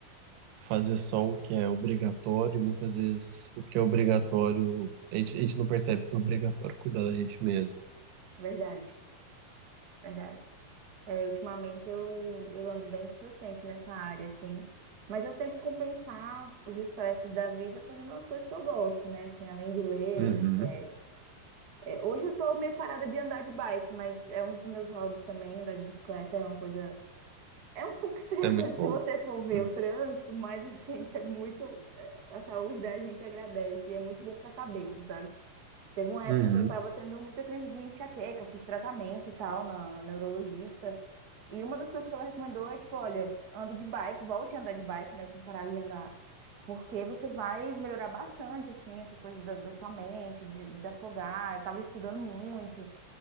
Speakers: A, on the right; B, on the right.
A: fazer só o que é obrigatório, e muitas vezes o que é obrigatório, a gente, a gente não percebe que é obrigatório cuidar da gente mesmo.
B: Verdade, verdade. É, ultimamente eu, eu ando bem displicente nessa área, assim. Mas eu tento compensar os estresses da vida fazendo as coisas que eu gosto, né? Assim, além de ler.
A: Uhum.
B: é, É, hoje eu tô meio parada de andar de bike, mas é um dos meus hobbies também, andar de bicicleta é uma coisa. É um pouco <laughs> estressante
A: É muito bom.
B: se você for ver
A: Uhum.
B: o trânsito, mas assim, <laughs> é muito. é, A saúde da gente agradece e é muito bom pra cabeça, sabe? Teve uma
A: Uhum.
B: época que eu tava tendo muita crise de enxaqueca, eu fiz tratamento e tal na, na neurologista. E uma das coisas que ela recomendou é, tipo, olha, anda de bike, volte a andar de bike, né? Eu tinha parado de andar. Porque você vai melhorar bastante, assim, essa coisa da, da sua mente, de desafogar. Eu tava estudando muito,